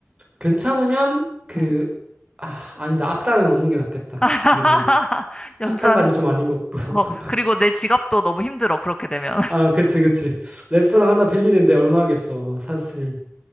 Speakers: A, on the right (about 25°); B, on the left (about 20°).
A: 괜찮으면 그,
B: 응.
A: 아, 아니다. 악단은 없는 게 낫겠다.
B: <laughs>
A: 그래도
B: 연주하는
A: 악단까지 좀 아닌 것 같고. <laughs>
B: 거. 그리고 내 지갑도 너무 힘들어, 그렇게 되면.
A: 아, 그치, 그치. 레스토랑 하나 빌리는데 얼마 하겠어. 사실